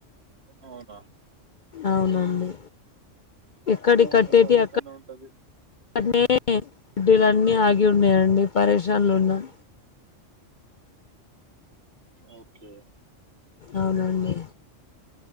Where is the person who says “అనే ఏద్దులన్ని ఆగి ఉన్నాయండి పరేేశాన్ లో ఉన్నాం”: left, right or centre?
Left